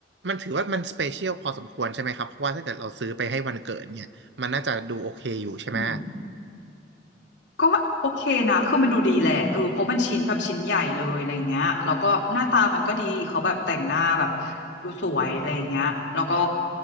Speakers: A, on the right; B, on the left.
A: มันถือว่ามันสเปเชียลพอสมควรใช่ไหมครับเพราะว่าถ้าเกิดเราซื้อไปให้วันเกิดเนี่ยมันน่าจะดูโอเคอยู่ใช่ไหม
B: อืม ก็โอเคนะคือมันดูดีแหละเออเพราะมันชิ้นแบบชิ้นใหญ่เลยอะไรเงี้ยแล้วก็หน้าตามันก็ดี เขาแบบแต่งหน้าแบบดูสวยอะไรเงี้ยแล้วก็